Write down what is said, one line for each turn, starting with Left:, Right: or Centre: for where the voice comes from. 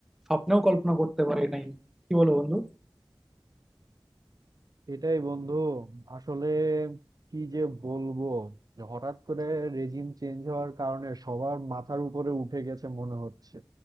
Centre: স্বপ্নেও কল্পনা করতে পারি নাই কি বলো বন্ধু
Right: এটাই বন্ধু আসলে কি যে বলবো যে হঠাৎ করে রেজিম চেঞ্জ হওয়ার কারণে সবার মাথার উপরে উঠে গেছে মনে হচ্ছে